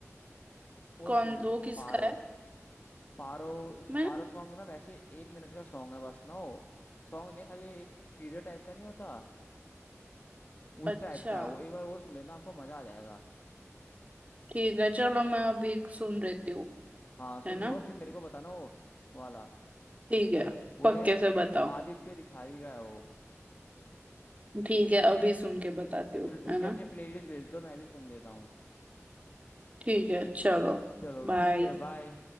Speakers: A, on the left; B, on the right.
A: वो
B: कौन
A: सुन
B: वो
A: लो,
B: किसका
A: पारो
B: है
A: पारो उस
B: मैं
A: पारो सॉन्ग ना वैसे एक मिनट का सॉन्ग है बस ना वो सॉन्ग नहीं खाली एक टीजर टाइप का नहीं होता उस
B: अच्छा
A: टाइप का है वो एक बार वो सुन लेना आपको मजा आ जाएगा
B: ठीक है चलो मैं अभी एक सुन लेती हूँ
A: हाँ सुन
B: है ना
A: लो फिर मेरे को बताना वो वाला
B: ठीक है
A: वो
B: पक्के
A: है
B: से बताओ
A: आदित्य रिखारी का है वो
B: ठीक है अभी सुन के बताती हूँ
A: चलो ठीक
B: है ना
A: है अपनी प्लेलिस्ट भेज दो मैं भी सुन लेता हूँ
B: ठीक है चलो
A: चलो
B: बाय
A: ठीक है बाय